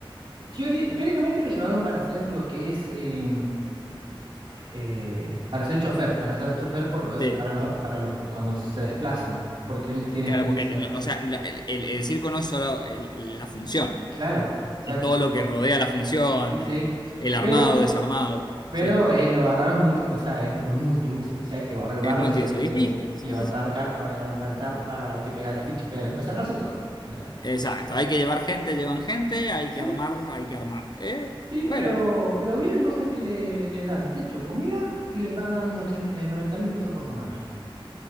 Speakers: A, on the right; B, on the left.
A: teori- teóricamente lo llevaron para hacer lo que es... eh, eh, para ser chofer, para ser chofer por, eh,
B: Sí,
A: para los, para los cuando se desplazan, porque él tiene
B: claro,
A: experiencia.
B: porque, o sea, la- el, el- el circo no es solo el- la función.
A: Claro, exacto.
B: Es todo lo que rodea la función,
A: Sí, sí.
B: el, el armado,
A: Pero,
B: desarmado.
A: pero
B: Sí,
A: eh, lo agarraron, mul- o sea, es, es multiuso. Si hay que barrer, barre,
B: es multiuso.
A: si hay que
B: Y sí, sí,
A: levantar
B: sí, sí.
A: carpa, levantan carpa, hay que pegar la ficha, pegan la ficha, o sea, hace todo, en realidad.
B: Exacto. Hay que llevar gente, llevan gente, hay
A: Y
B: que
A: sí,
B: armar, hay que armar. Eh,
A: y
B: bueno,
A: pero, pero bien, vos sabés que le, le dan techo, comida y le pagan 80 eh, 90 mil pesos por semana.